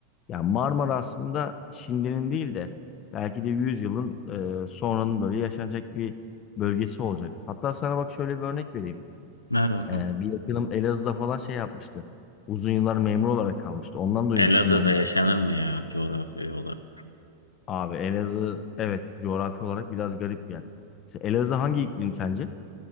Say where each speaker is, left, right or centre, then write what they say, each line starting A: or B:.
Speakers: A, on the left; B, on the left.
A: Ya Marmara aslında şimdinin değil de belki de 100 yılın e, sonranın böyle yaşanacak bir bölgesi olacak. Hatta sana bak şöyle bir örnek vereyim.
B: Ver bakalım.
A: E, bir yakınım Elazığ'da falan şey yapmıştı. Uzun yıllar memur olarak kalmıştı. Ondan duymuştum
B: Elazığ'da
A: ben
B: yaşanır
A: bu. konu.
B: mı ya coğrafi olarak?
A: Abi Elazığ evet coğrafi olarak biraz garip bir yer. Mesela Elazığ hangi iklim sence?